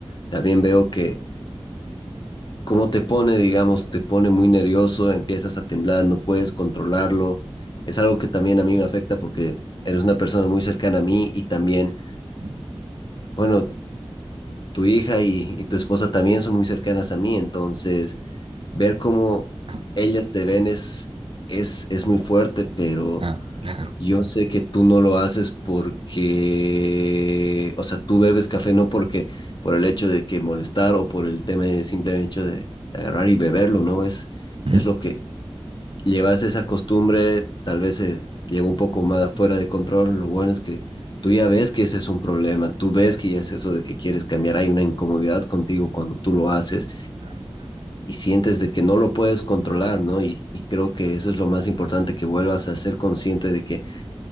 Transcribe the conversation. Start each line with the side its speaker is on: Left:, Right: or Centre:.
Left: También veo que cómo te pone, digamos, te pone muy nervioso, empiezas a temblar, no puedes controlarlo. Es algo que también a mí me afecta porque eres una persona muy cercana a mí y también,
Right: ujú,
Left: bueno, tu hija y, y tu esposa también son muy cercanas a mí, entonces ver cómo
Right: ajá,
Left: ellas te ven es, es, es muy fuerte, pero
Right: Claro, claro,
Left: yo sé que tú no lo haces porque, o sea, tú bebes café no porque por el hecho de que molestar o por el tema de simple hecho de agarrar y beberlo, ¿no? Es,
Right: ujú,
Left: es lo que llevas de esa costumbre, tal vez se lleva un poco más fuera de control. Lo bueno es que tú ya ves que ese es un problema, tú ves que ya es eso de que quieres cambiar, hay una incomodidad contigo cuando tú lo haces
Right: claro, claro,
Left: y sientes de que no lo puedes controlar, ¿no? Y, y creo que eso es lo más importante, que vuelvas a ser consciente de que